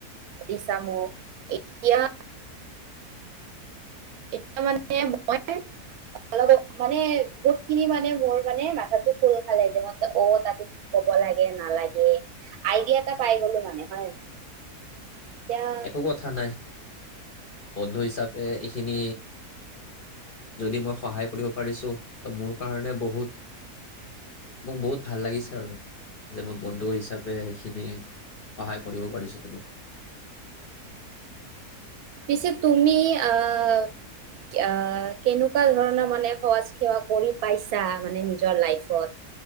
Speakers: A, on the right; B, on the left.
A: দিছা মোক এতিয়া। এয়া মানে মই অলপ মানে বহুত খিনি মানে মোৰ মানে মাথাটো খোল খালে যে মই অ তাতে কি কব লাগে নালাগে আইডিয়া এটা পাই গলো মানে হয় নাই। এতিয়া
B: একো কথা নাই। বন্ধু হিচাপে এইখিনি যদি মই সহায় কৰিব পাৰিছো ত মোৰ কাৰণে বহুত মোক বহুত ভাল লাগিছে আৰু যে মই বন্ধু হিচাপে। পে সেইখিনি। সহায় কৰিব পাৰিছো তোমাক।
A: পিছে তুমি আহ আহ কেনেকুৱা ধৰণৰ মানে সহজ সেৱা কৰি পাইছা মানে নিজৰ লাইফত